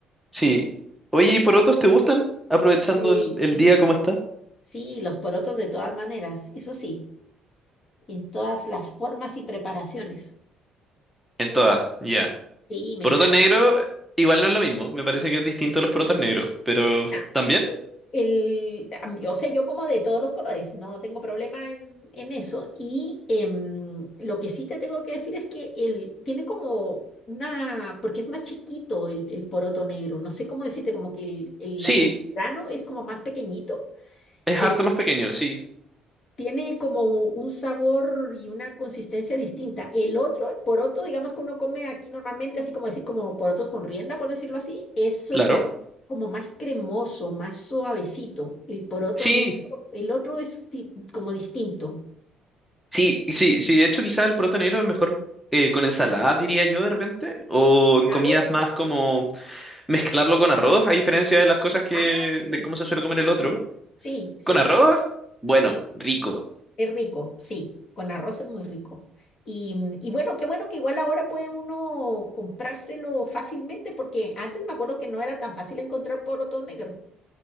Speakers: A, in the centre; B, on the left.
A: Sí. Oye, ¿y porotos te gustan? Aprovechando
B: Y,
A: el, el
B: y
A: día como está.
B: sí, los porotos de todas maneras, eso sí, en todas las formas y preparaciones.
A: En todas, ya.
B: Sí, me
A: Poroto
B: encanta.
A: negro, igual no es lo mismo. Me parece que es distinto a los porotos negros. Pero
B: Ah,
A: también,
B: El, a mí- o sea, yo como de todos los colores, no tengo problema en, en eso. Y em, lo que sí te tengo que decir es que él tiene como una, porque es más chiquito el, el poroto negro, no sé cómo decirte, como que el,
A: sí.
B: el, el grano es como más pequeñito.
A: Es
B: eh,
A: harto más pequeño, sí.
B: tiene como un sabor y una consistencia distinta. El otro, el poroto, digamos que uno come aquí normalmente, así como decir, como porotos con rienda, por decirlo así, es
A: Claro.
B: mm, como más cremoso, más suavecito. El poroto
A: Sí,
B: negro, el otro es di- como distinto.
A: sí, y sí, sí. De hecho, quizá el poroto negro es mejor eh, con ensalada, diría yo, de repente. O en
B: Claro.
A: comidas más como mezclarlo con arroz, a diferencia de las cosas que,
B: Ah, sí.
A: de cómo se suele comer el otro.
B: Sí, sí,
A: Con arroz, bueno, rico.
B: es rico, sí, con arroz es muy rico. Y, mm, y bueno, qué bueno que igual ahora puede uno comprárselo fácilmente, porque antes me acuerdo que no era tan fácil encontrar poroto negro.